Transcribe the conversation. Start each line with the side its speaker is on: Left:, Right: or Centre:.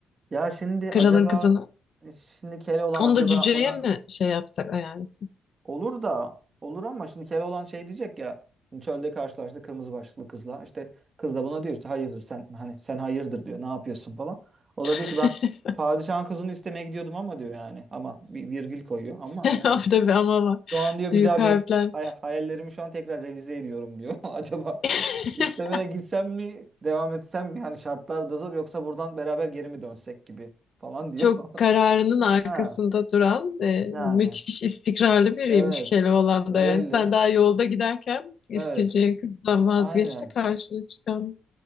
Right: Ya şimdi
Left: kralın
Right: acaba
Left: kızını.
Right: e, şimdi Keloğlan
Left: Onu
Right: acaba
Left: da cüceye
Right: ona
Left: mi şey yapsak ayarlasın?
Right: olur da olur ama şimdi Keloğlan şey diyecek ya şimdi çölde karşılaştı kırmızı başlıklı kızla işte kız da buna diyor işte hayırdır sen hani sen hayırdır diyor ne yapıyorsun falan. O da
Left: <laughs>
Right: diyor ki ben padişahın kızını istemeye gidiyordum ama diyor yani ama bir virgül koyuyor ama yani
Left: Orada bir ama var.
Right: şu an diyor
Left: Büyük
Right: bir daha
Left: harfler.
Right: bir hay- hayallerimi şu an tekrar revize ediyorum diyor. <laughs> Acaba
Left: <laughs>
Right: istemeye gitsem mi devam etsem mi hani şartlar da zor yoksa buradan beraber geri mi dönsek gibi falan diyor.
Left: Çok
Right: <laughs>
Left: kararının arkasında
Right: Ha.
Left: duran, e,
Right: Yani
Left: müthiş istikrarlı biriymiş
Right: evet
Left: Keloğlan
Right: öyle
Left: yani. Sen daha yolda giderken isteyeceğin
Right: evet
Left: kızdan vazgeç
Right: aynen
Left: de karşına çıkan.